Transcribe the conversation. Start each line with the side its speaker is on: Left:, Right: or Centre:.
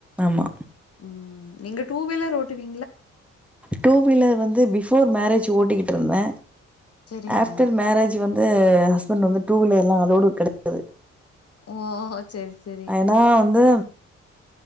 Centre: ஆமா.
Left: ம் நீங்க டூ வீலர் ஓட்டுவீங்
Centre: டூ வீலர் வந்து பிபோர் மேரேஜ் ஓட்டிக்கிட்டுருந்தே
Left: செரிங்க
Centre: ஆப்டர் மேரேஜ் வந்து ஹஸ்பண்ட் வந்து டூ வீலர் எல்லா அளோடு கெடைக்குது
Left: ஓ செரி செரி
Centre: ஏனா வந்து